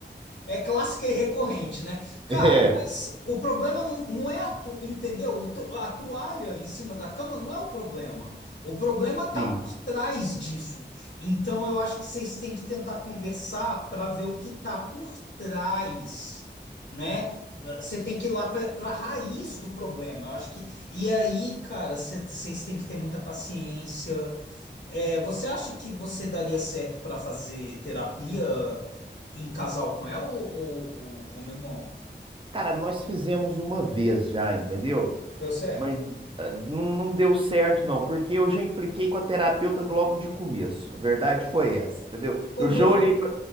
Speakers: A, on the left; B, on the right.
A: É clássica e recorrente, né? Cara,
B: <laughs> É.
A: mas o problema não, não é a tu, entendeu? O tu- A toalha em cima da cama não é o problema. O problema tá
B: Sim.
A: por trás disso. Então eu acho que vocês têm que tentar conversar para ver o que tá por trás, né? Você tem que ir lá para a raiz do problema. Eu acho que. E aí, cara, cê- vocês têm que ter muita paciência. É, você acha que você daria certo para fazer terapia em casal com ela ou, ou, ou- ou, meu irmão?
B: Cara, nós fizemos uma vez já, entendeu?
A: Deu certo?
B: Mas ah, não, não deu certo, não, porque eu já impliquei com a terapeuta logo de começo. A verdade foi essa, entendeu?
A: Pô,
B: Eu
A: mas
B: já olhei pra,